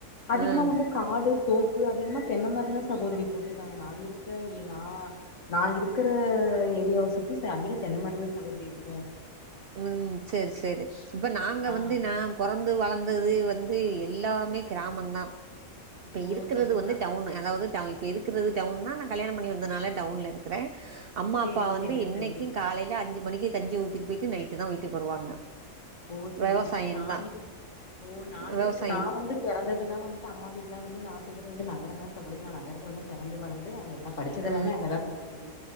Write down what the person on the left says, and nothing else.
அதிகமா
வந்து காடு தோப் ப்ப அதிகமா தென்ன மரந்தா சகோதரி போட்டிருக்காங்க நான் இருக்க நா நான் இருக்குற ஏரியாவ சுத்தி அதிக தென்ன மரம் சகோதிரி இருக்கு ப
ஆ
ஓ
சகோதரி
சேரிங்க
சேரிங்க
சகோதரி
ஓ செரிங்க
சார் நான்
இரு ஓ நான்
இருக்கு நான் வந்து பெறந்ததெல்லாம் வந்துட்டு அம்மா வீட்டு ல வந்து நான் சொல்ற வந்து நகரம் தான் சகோதரி நா நகரத்ல தான் பெறந்து வளர்ந்து அங்க எல்லாம் படிச்சது
எல்லாமே அங்கதான் சகோதரி